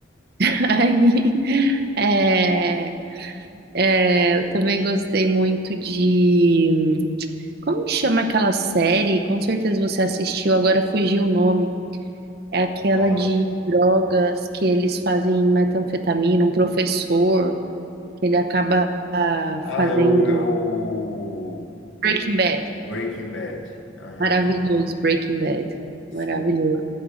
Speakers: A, on the right; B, on the left.
A: <laughs> Aí, é, é, eu também gostei muito de... Como que chama aquela série? Com certeza você assistiu, agora fugiu o nome. É aquela
B: Gosto.
A: de drogas que eles fazem metanfetamina, um professor que ele acaba ah,
B: Ah,
A: fazendo
B: é o, é o
A: Breaking Bad.
B: Breaking Bad. Aham,
A: Maravilhoso, Breaking Bad.
B: sim.
A: Maravilhoso.